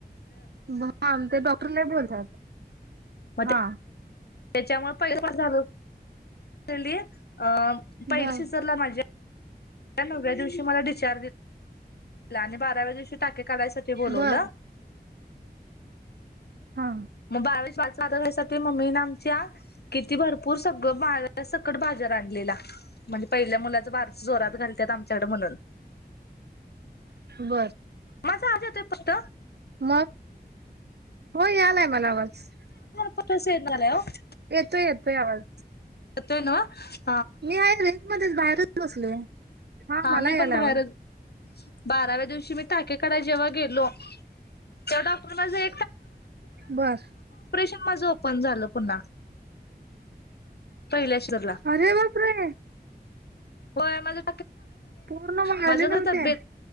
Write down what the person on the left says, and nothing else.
मग
त्याच्यामुळे पैसा झाल कली <inaudible> अ पहेर
शिसरला माझे नवव्या दिवशी मला डिस्चार्ज दि आणि बाराव्या दिवशी टाके काढायसाठी बोलवलं
मग बारावी बाात घयसाठी मम्मीने आमच्या किती भरपूर सगळं बा त्या सकट बाजार आणलेला म्हणजे पहिल्या मुला बारस जोरात घालत्यात आमच्याकड म्हणून
माझा आवाज येतोय फक्त
रो <unintelligible>
मते नावा <unintelligible>
मी
पण बाहेरच
बाराव्या दिवशी मी टाके काढाय जेव्हा गेलो, त्या डॉ ाू परे
<unintelligible> माझं ओपन झालं. पुन्हा. पहिल्या शिजरला.
होय माझं
माझ
तबेत